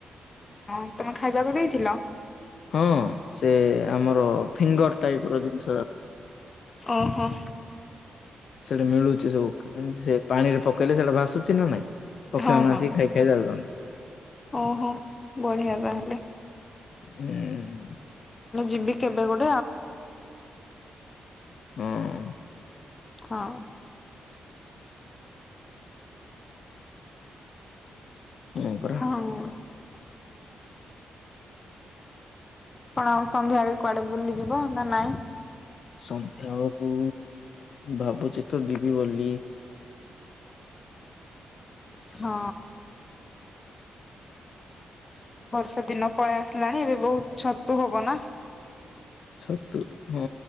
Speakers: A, on the left; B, on the left.
A: ହଁ ତମେ ଖାଇବାକୁ ଦେଇଥିଲ।
B: ହଁ ସେ ଆମର ଫିଙ୍ଗର ଟାଇପ ର ଜିନ
A: ଓହୋ।
B: ସେଟା ମିଳୁଛି ସବୁ ଏମିତି ସେ ପାଣି ରେ ପକେଇଲେ ସେଇଟା ଭାସୁଛି ନା ନାଇଁ। ପକ୍ଷୀମାନେ
A: ହଁ ହଁ
B: ଆସିକି ଖାଇ ଖାଇ ଯାଉଛନ୍ତି।
A: ଓହୋ ବଢିଆ କହିଲେ।
B: ଉଁ
A: ଯିବି କେବେ ଗୋ
B: ହଁ।
A: ହଁ।
B: ହଁ
A: ହଁ।
B: ପରା।
A: କଣ ଆଉ ସନ୍ଧ୍ୟାରେ କୁଆଡେ ବୁଲିଯିବ ନା ନାଇଁ?
B: ସନ୍ଧ୍ୟାବେେଳକୁ ଭାବୁଛି ତ ଯିବି ବୋଲି।
A: ହଁ। <inaudible> ବର୍ଷା ଦିନ ପଳେଇ ଆସିଲାଣି ଏବେ ବୋହୁତ ଛତୁ ହବ ନା।
B: ଛତୁ ହଁ